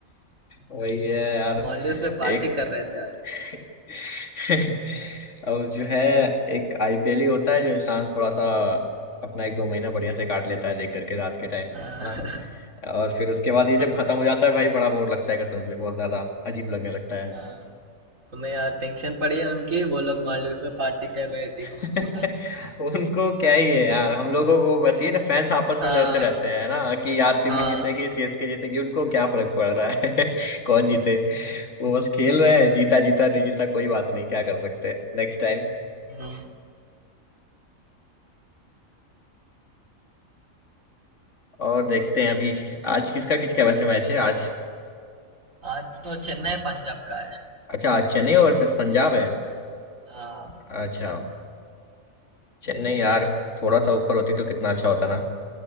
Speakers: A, on the left; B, on the right.
A: वही है यार
B: मॉलडीव्स में पार्टी
A: एक
B: कर रहे थे आज
A: <laughs> <laughs> और जो है एक आईपीएल ही होता है जो इंसान थोड़ा सा अपना एक दो महीना बढ़िया से काट लेता है देख करके रात के टाइम
B: हाँ
A: ना और फिर उसके बाद ये जब
B: हाँ
A: खत्म हो जाता है भाई बड़ा बोर लगता है कसम से बहुत ज्यादा अजीब लगने लगता है
B: हाँ। हमें यार टेंशन पड़ी है उनकी वो लोग मॉलडीव्स में पार्टी कर रहे हैं टीम
A: <laughs>
B: पूरा
A: उनको क्या ही है यार हम लोगों को बस ये ना फैंस आपस
B: हाँ
A: में लड़ते रहते हैं ना कि आरसीबी
B: हाँ
A: जीतेगी सीएसके जीतेगी उनको क्या फर्क पड़ रहा है <laughs> कौन जीते वो बस खेल रहे हैं जीता जीता नहीं जीता कोई बात नहीं क्या कर सकते हैं नेक्स्ट टाइम
B: हम्म।
A: और देखते हैं अभी आज किसका किसका वैसे मैच है आज
B: आज तो चेन्नई पंजाब का है
A: अच्छा आज चेन्नई वर्सेस पंजाब है
B: हाँ
A: अच्छा चेन्नई यार थोड़ा सा ऊपर होती तो कितना अच्छा होता ना